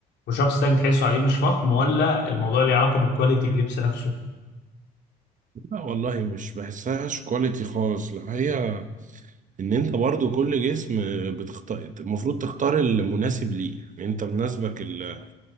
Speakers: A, on the left; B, on the right.
A: وشخص تاني تحسه عليه مش فخم ولا الموضوع ليه علاقه بكواليتي اللبس نفسه
B: لا والله مش بحسهاش كواليتي خالص لا هي ان انت برضو كل جسم بتختار المفروض تختار المناسب ليه يعني انت مناسبك ال-